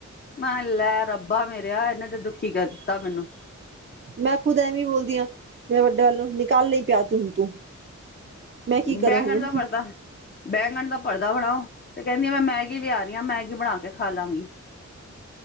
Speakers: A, on the left (about 35°); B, on the right (about 40°).
A: ਮੈਂ ਲੈ ਰੱਬਾ ਮੇਰਿਆ ਇੰਨੇ ਤੇ ਦੁਖੀ ਕਰ ਦਿੱਤਾ ਮੈਨੂੰ
B: ਮੈਂ ਖੁਦ ਐਵੇਂ ਬੋਲਦੀ ਆ ਮੇਰਾ ਵੱਡੇ ਵੱਲੋਂ ਨਿਕਾਲ ਲਈ ਪਿਆਜ਼ ਤੂੰ ਹੁਣ ਤੂੰ ਮੈਂ ਕੀ ਕਰਾਂ
A: ਬੈਂਗਣ
B: ਹੁਣ
A: ਦਾ ਪਰਥਾ ਬੈਂਗਣ ਦਾ ਪਰਥਾ ਬਣਾਓ। ਤੇ ਕਹਿੰਦੀ ਆ ਮੈਂ ਮੈਗੀ ਲਿਆ ਰਹੀ ਹਾਂ ਮੈਗੀ ਬਣਾ ਕੇ ਖਾ ਲਾਂਗੀ।